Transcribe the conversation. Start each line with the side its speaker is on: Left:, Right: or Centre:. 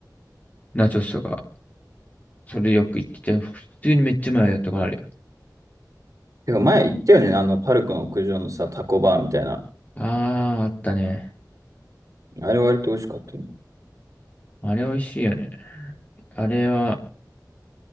Left: ナチョスとか、それよく言ってて、普通にめっちゃうまいやったことかあるよ。
Right: てか前言ったよね。あの、パルコの屋上のさ、タコバーみたいな。
Left: ああ、あったね。
Right: あれ割と美味しかったよね。
Left: あれ美味しいよね。あれは、